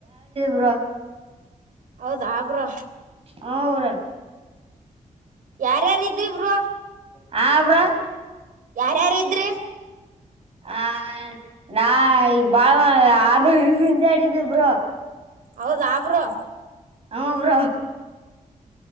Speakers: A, on the right (about 45°); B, on the right (about 90°).
A: ಮ
B: ಹೌದಾ ಬ್ರೋ
A: ಹೂ ಅವ್ರ್
B: ಯಾರ್ಯಾರ್ ಇದ್ದಿ ಬ್ರೋ
A: ಹಾ ಬ್ರೋ
B: ಯಾರ್ಯಾರ್ ಇದ್ರಿ
A: ಹ ನಾ ಈ ಬಾಳ ಆರು ಹಂತ ಆಡಿದಿ ಬ್ರೋ
B: ಹೌದ ಬ್ರೋ
A: ಹೂ ಬ್ರೋ